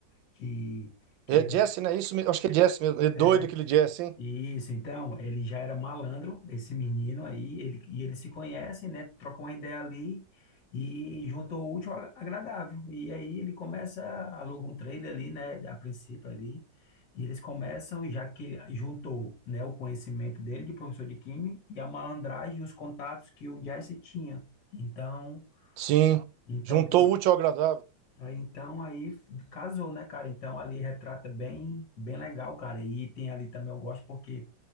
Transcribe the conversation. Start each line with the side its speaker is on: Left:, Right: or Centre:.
Left: que, que
Right: É
Left: é
Right: Jesse, né? Isso, me- acho que é Jesse mesmo. É doido
Left: é
Right: aquele Jesse, hein?
Left: isso. Então, ele já era malandro, esse menino aí, ele, e eles se conhecem, né? Trocam uma ideia ali e juntou o útil ao agradável. E aí ele começa, aluga um trailer ali, né? A princípio ali. E eles começam, já que juntou, né, o conhecimento dele de professor de química e a malandragem e os contatos que o Jesse tinha. Então,
Right: Sim.
Left: então
Right: Juntou
Left: por,
Right: o útil ao agradável.
Left: Aí, então, aí f- casou, né, cara? Então, ali retrata bem, bem legal, cara. E tem ali também, eu gosto porque